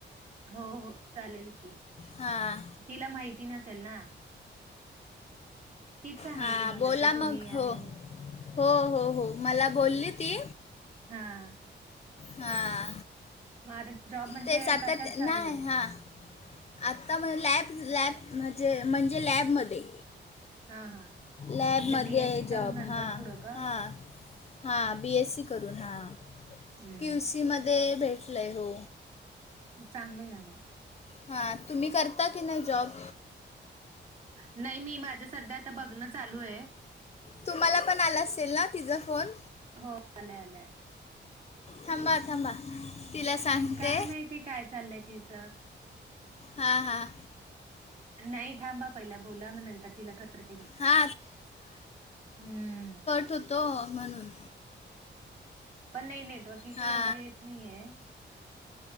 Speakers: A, on the right; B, on the left.
A: हो हो चालेल की
B: हां
A: तिला माहिती नसेल नां. सांगितली
B: हा
A: मला
B: बोलां
A: की तुम्ही
B: मंग
A: आहे
B: हो
A: म्हणून
B: हो हो हो मलां बोलली ती
A: हा.
B: हां
A: मग आता जॉब म्हणजे
B: तेच आता
A: कशात चालू
B: नाहीं
A: आहे?
B: हां. आत्ता म्हणजे लॅब लॅब म्हणजे म्हणजे लॅबमंध्ये
A: हा हा
B: लॅबमंध्यें
A: म्हणजे बीएससी
B: आहे जॉब
A: करून नंतर
B: हां
A: पुढं का?
B: हां. हां बी एसं सी करूंन हां
A: हम्म
B: की यू सीमंध्ये भेटलं आहे हो
A: चागलं आहे ना मग
B: हां तुम्हीं करतां की नाहीं जॉब
A: नाहीं मी माझं संध्या आतां बघणं चालूं आहे.
B: तुम्हांला पणं आलां असेल नां तिचां फोन
A: हो आलाय आलाय.
B: थांबा थांबा तिला सांगते
A: कायं माहिती कायं चाललंय तिचं
B: हां हां.
A: नाहीं थांबा. पहिला बोला मंग नंतर तिलां कट करतें मी
B: हा
A: हम्मं
B: तो म्हणूंन.
A: पणं नाहीं नेटवर्क इश्यू
B: हा
A: एवढां येतं नाही आहे.